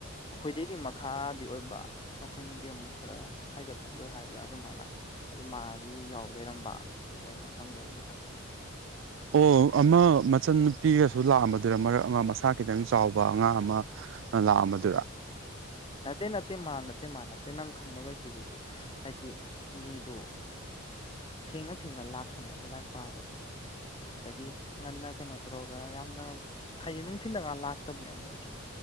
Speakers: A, on the left (about 25°); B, on the right (about 65°).
A: ꯑꯩꯈꯣꯏꯗꯩꯗꯤ ꯃꯈꯥꯗꯤ ꯑꯩꯈꯣꯏꯅꯗꯤ ꯑꯃꯨ ꯈꯔ ꯍꯥꯏꯒꯠꯂꯣꯏ ꯍꯥꯏꯕ꯭ꯔꯥ ꯑꯗꯨꯃꯥꯏꯅ ꯑꯗꯨ ꯃꯥꯒꯤ ꯌꯥꯎ ꯂꯩꯔꯝꯕ ꯑꯗꯨ ꯑꯩꯅ ꯍꯪꯉꯏꯅꯤ ꯅꯉꯗ
B: ꯑꯣ ꯑꯃ ꯃꯆꯟꯅꯨꯄꯤꯒꯁꯨ ꯂꯥꯛꯑꯝꯕꯗꯨꯅ ꯃꯔꯛ ꯑꯃ ꯃꯁꯥ ꯈꯤꯇꯪ ꯆꯥꯎꯕ ꯑꯉꯥꯡ ꯑꯃ ꯂꯥꯛꯑꯝꯕꯗꯨꯔ
A: ꯅꯠꯇꯦ ꯅꯠꯇꯦ ꯃꯥ ꯅꯠꯇꯦ ꯃꯥ ꯅꯠꯇꯦ ꯅꯪ ꯈꯪꯅꯔꯣꯏ ꯁꯤꯒꯤꯁꯤ ꯍꯥꯏꯗꯤ ꯃꯤꯗꯣ ꯊꯦꯡꯅ ꯊꯦꯡꯅ ꯂꯥꯛꯄꯅꯦꯕ ꯂꯥꯏꯔꯤꯛ ꯄꯥꯕꯁꯦ ꯑꯗꯒꯤ ꯉꯟꯅ ꯀꯩꯅꯣ ꯇꯧꯔꯒ ꯌꯥꯝꯅ ꯍꯥꯏꯗꯤ ꯅꯨꯡꯊꯤꯟꯗ ꯉ ꯂꯥꯛꯇꯕꯅꯦ ꯃꯣꯏꯁꯦ